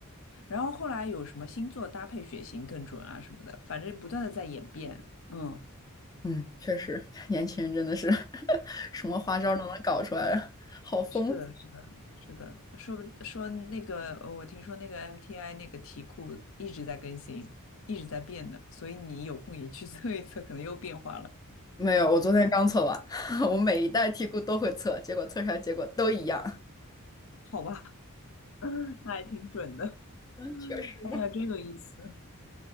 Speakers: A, on the left (about 60°); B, on the left (about 15°).
A: 然后后来有什么星座搭配血型更准啊什么的，反正不断的在演变。嗯，
B: 嗯，确实，年轻人真的是 <laughs> 什么花招都能搞出来，好丰富。
A: 是的，是的，是的，说说那个，呃我听说那个 MTI 那个题库一直在更新，一直在变的，所以你有空也去 <laughs> 测一测，可能又变化了，
B: 没有，我昨天刚测完，<laughs> 我每一代题库都会测，结果测出来结果都一样。
A: 好吧？<laughs> 那还挺准的。
B: 嗯，确实。
A: 哎呀，
B: 呢。
A: 真有意思，